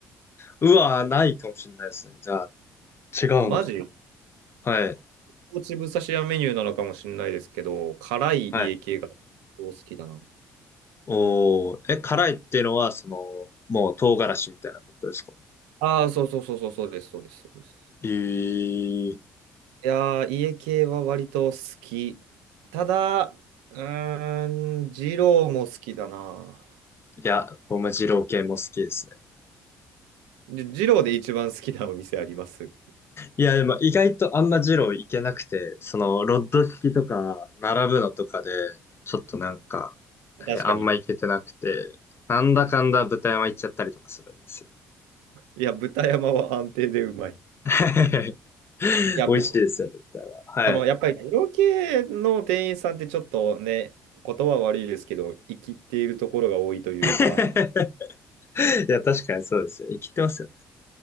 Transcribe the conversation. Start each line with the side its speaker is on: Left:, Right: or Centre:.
Left: うわ、ないかもしれないですね。じゃあ、違うのか
Right: あ、マジ
Left: も。はい。
Right: 高知武蔵屋メニューなのかもしれないですけど、辛い家系が
Left: はい。
Right: 好きだな。
Left: おー、え、辛いっていうのは、その、もう唐辛子みたいなってことですか
Right: ああ、そうそうそうそう、そうです、そうです、そうです。
Left: えー、い
Right: いやー、家系は割と好き。ただ、うーん、二郎も好きだな。
Left: や、僕も二郎系も好きですね。
Right: じ二郎で一番好きなお店あります。
Left: いや、でも意外とあんま二郎いけなくて、その、ロッド式とか、並ぶのとかで、ちょっとなんか、えーあんまいけてなくて、
Right: 確かに。
Left: なんだかんだ豚山行っちゃったりとかするんですよね。
Right: いや、豚山は安定でうまい。い
Left: <laughs>
Right: や、
Left: 美味しいですよね、
Right: ぶ
Left: 豚山。
Right: その、
Left: はい。
Right: やっぱり、二郎系の店員さんってちょっとね、言葉は悪いですけど、生きっているところが多いというか、
Left: <laughs> いや、確かにそうですよ。生きてますよね。